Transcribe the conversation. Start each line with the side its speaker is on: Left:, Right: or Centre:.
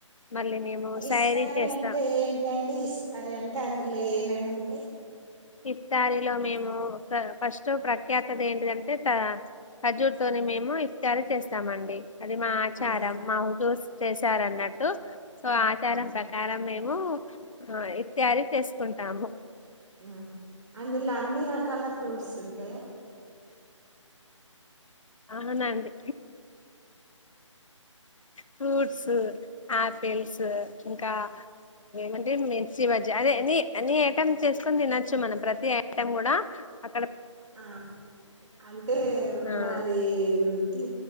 Left: మళ్ళీ మేము
Right: ఇస్తారి
Left: శారీ చేస్తాం
Right: అంటే ఏంటండి ఇస్తారీ అంటే అందులో ఏ మేముంటాయ్
Left: ఇఫ్తారీలో మేము ఫ్ర ఫస్ట్ ప్రఖ్యాతది ఏంటిదంటే ఖ ఖర్జూర్ తోని మేము ఇఫ్తారీ చేస్తామండి. అది మా ఆచారం
Right: ఆ
Left: మావు దోస్ చేశారన్నట్టు సో ఆచారం
Right: ఆ
Left: ప్రకారం మేం ము ఆ ఇఫ్తారి చేసుకుంటాము
Right: మా అ అందులో అన్ని రకాల ఫ్రూట్స్ ఉంటయా
Left: అవునండి ఫ్రూట్స్ ఆపిల్స్ ఇంకా ఏమంటే మిర్చీబజ్జీ అదే ఎనీ అన్ని ఐటెమ్ చేసుకొని తినొచ్చు మనం ప్రతి ఐటెం కూడా అ
Right: ఆ అంటే
Left: ఆ
Right: వాదేంటి